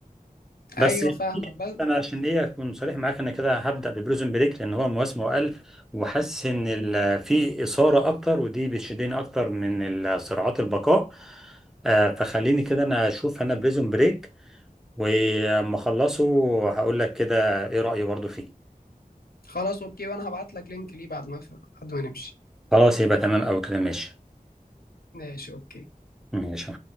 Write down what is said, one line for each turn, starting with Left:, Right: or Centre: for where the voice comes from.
Centre: بس
Left: ايوه
Centre: خليني-
Left: فاهمك بس
Centre: انا عشان ليه اكون صريح معاك انا كده هبدا ببريزون بريك لان هو مواسمه اقل وحاسس ان ال- في اثاره اكتر ودي بتشدني اكتر من ال- صراعات البقاء آه، فخليني كده انا اشوف انا بريزون بريك ولما اخلصه هقول لك كده ايه رايي برضو فيه
Left: خلاص اوكي وانا هبعت لك لينك ليه بعد ما بعد ما نمشي
Centre: خلاص يبقى تمام او كده ماشي
Left: ماشي اوكي
Centre: ماشي